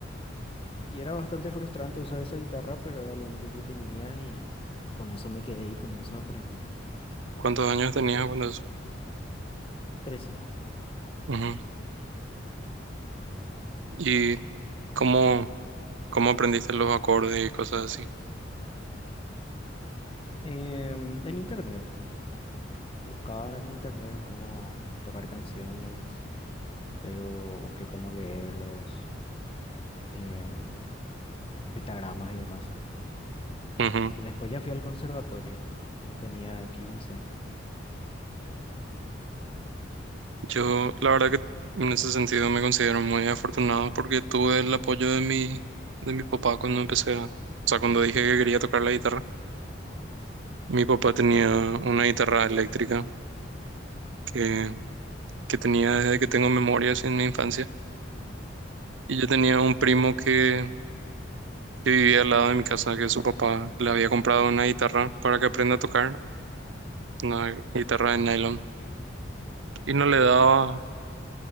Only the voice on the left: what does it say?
Y era bastante frustrante usar esa guitarra, pero era lo único que tenía y con eso me quedé y con eso aprendí.
Trece.
Em, en internet. Buscaba en internet cómo tocar canciones, luego busqué cómo leerlos en los pentagramas y demás.
Y después ya fui al conservatorio cuando tenía 15.